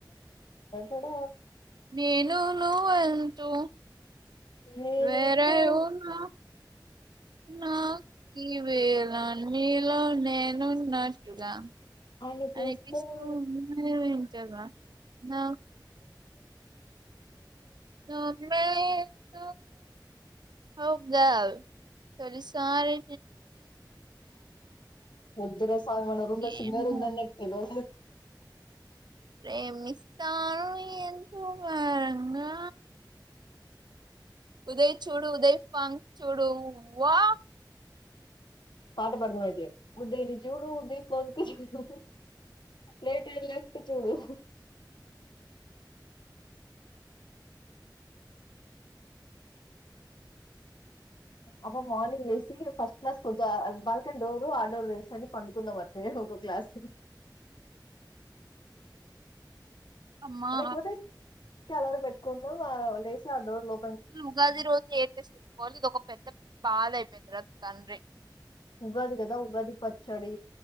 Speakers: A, on the left; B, on the right.
A: ోడ
B: నేను నువ ఎంటూ
A: వేరేగా
B: వేర ఏనా నా క వేలా మీలో నేనున్నట్టుగా
A: అ పస్త
B: అలకిస్తూ ఉన్నది వింతగా నా నమే త హదా చలి సారి
A: వద్దిర సాగువన రంద సింగర్
B: ఏమో
A: ఉందాని నెట్టివ
B: ప్రేమిస్తాను ఎంతో వరంగా ఉదయ్ చూడు ఉదయ్ ఫం చూడు వా
A: పాట పడదాం అయితే ఉ ద చూడు ఉది ఫోన్ కు చూడు రైట్ అండ్ లెఫ్ట్ చూడు అబ్ మార్నింగ్ వేసి ఫస్ట్ క్లాస్ కొద్దు బాల్కనీ డోర్ ఆట్ డోర్ వని పండుకుందాం అట్టే ఒక క్లాస్
B: అమ్మా
A: మ కొ ఎలరు పెట్కుం లేసోర్ లో
B: అసలు ఉగాది రోజు ఏయిటెస్ేసుకోవాలి ఇది ఒక పెద్ద బాధ అయిపోయింది తర్వాత తండ్రి
A: ఉగాది కదా ఉగాది పచ్చడి